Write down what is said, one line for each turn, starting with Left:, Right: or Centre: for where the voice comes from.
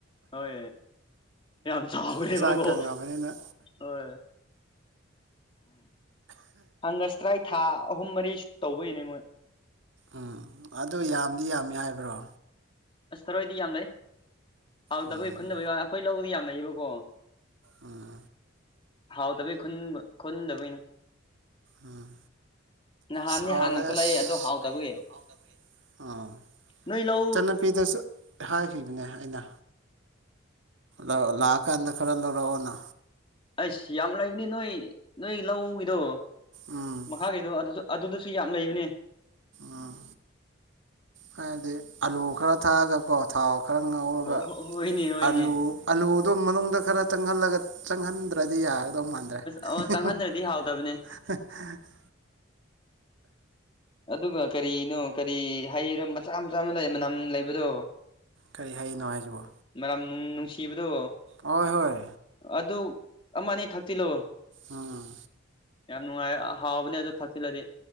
Left: ꯍꯣꯏ ꯌꯥꯝ ꯆꯥꯎꯋꯦꯕꯀꯣ
Right: ꯃꯁꯥ ꯀꯪꯉꯕꯅꯤꯅ
Left: ꯍꯣꯏ ꯍꯪꯒꯔꯁꯇ꯭ꯔꯥꯏ ꯊꯥ ꯑꯍꯨꯝ ꯃꯔꯤ ꯇꯧꯕꯒꯤꯅꯦ ꯃꯣꯏ
Right: ꯎꯝ ꯑꯗꯨ ꯌꯥꯝꯗꯤ ꯌꯥꯝꯃꯤ ꯍꯥꯏꯕ꯭ꯔꯣ
Left: ꯑꯁ ꯊꯔꯣꯏꯗꯤ ꯌꯥꯝ ꯂꯩ ꯍꯥꯎ
Right: ꯎꯝ
Left: ꯇꯕꯒꯤ ꯈꯨꯟꯗꯕꯩ ꯋꯥ ꯩꯈꯣꯏ ꯂꯧꯗꯤ ꯌꯥꯝ ꯂꯩꯌꯦꯕꯀꯣ
Right: ꯎꯝ
Left: ꯍꯥꯎꯇꯕꯩ ꯈꯨꯟꯕ ꯈꯨꯨꯟꯗꯕꯩꯅꯦ
Right: ꯑꯝ
Left: ꯅꯍꯥꯟꯗꯤ
Right: ꯁ ꯑꯣ
Left: ꯍꯥꯟꯅ
Right: <unintelligible>
Left: ꯈꯨꯠꯂꯛꯑꯦ ꯑꯗꯣ ꯍꯥꯎꯇꯕꯒꯤ ꯅꯣꯏ ꯂꯧ
Right: ꯅꯨꯄꯤꯗꯁꯨ ꯍꯥꯏꯈꯤꯕꯅꯦ ꯑꯩꯅ ꯑꯣ ꯂꯥꯛꯑꯀꯥꯟꯗ ꯈꯔ ꯂꯧꯔꯛꯑꯣꯅ
Left: ꯑꯁ ꯌꯥꯝ ꯂꯩꯕꯅꯤ ꯅꯣꯏ ꯅꯣꯏ ꯂꯧꯒꯤꯗꯣ
Right: ꯎꯝ
Left: ꯃꯈꯥꯒꯤꯗꯨ ꯑꯗꯨꯁꯨ ꯑꯗꯨꯗꯁꯨ ꯌꯥꯝ ꯂꯩꯕꯅꯦ
Right: ꯎꯝ ꯍꯥꯏꯗꯤ ꯑꯂꯨ ꯈꯔ ꯊꯥꯛꯑꯒꯀꯣ ꯊꯥꯎ ꯈꯔ ꯉꯥꯎꯔꯒ
Left: ꯑꯣ ꯍꯣꯏꯅꯦ ꯍꯣꯏꯅꯦ
Right: ꯑꯂꯨ ꯑꯂꯨꯗꯣ ꯃꯅꯨꯡꯗ ꯈꯔ ꯆꯪꯍꯜꯂꯒ ꯆꯪꯍꯟꯗ꯭ꯔꯗꯤ ꯌꯥꯒꯗꯧ ꯃꯜꯂꯦ ꯭ꯔ
Left: ꯑꯣ
Right: <unintelligible>
Left: ꯆꯪꯍꯟꯗ꯭ꯔꯗꯤ ꯍꯥꯎꯇꯕꯅꯦ ꯑꯗꯨꯒ ꯀꯔꯤꯅꯣ ꯀꯔꯤ ꯍꯥꯏꯔ ꯃꯆꯥ ꯃꯆꯥ ꯑꯃ ꯂꯩ ꯃꯅꯝ ꯂꯩꯕꯗꯣ
Right: ꯀꯔꯤ ꯍꯩꯅꯣ ꯍꯥꯏꯁꯤꯕꯣ
Left: ꯃꯔꯝ ꯅꯨꯡꯁꯤꯕꯗꯣ
Right: ꯍꯣꯏ ꯍꯣꯏ
Left: ꯑꯗꯨ ꯑꯃ ꯑꯅꯤ ꯊꯥꯛꯆꯤꯜꯂꯣ
Right: ꯎꯝ
Left: ꯌꯥꯝ ꯅꯨꯡꯉꯥꯏ ꯑ ꯍꯥꯎꯕꯅꯦ ꯑꯗꯨ ꯊꯥꯛꯆꯤꯜꯂꯗꯤ